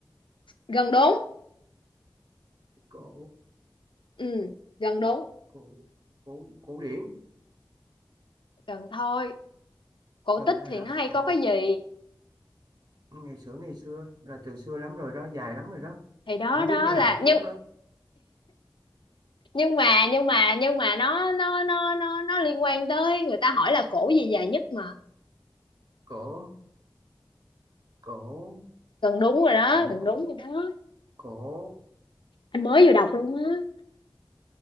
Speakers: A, on the left (about 75°); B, on the right (about 55°).
A: gần đúng
B: cổ
A: ừ gần đúng
B: cổ cổ cổ điển
A: gần thôi cổ
B: cần
A: tích
B: thôi
A: thì
B: hả
A: nó hay
B: cổ
A: có cái gì
B: ngày xưa ngày xưa là từ xưa lắm rồi đó dài lắm rồi đó
A: thì đó
B: không
A: đó
B: biết khi nào
A: là
B: kết thúc
A: nhưng
B: đó
A: nhưng mà nhưng mà nhưng mà nó nó nó nó nó liên quan tới người ta hỏi là cổ gì dài nhất mà
B: cổ cổ
A: gần đúng rồi đó
B: cổ
A: gần đúng rồi đó
B: cổ
A: anh mới vừa đọc luôn á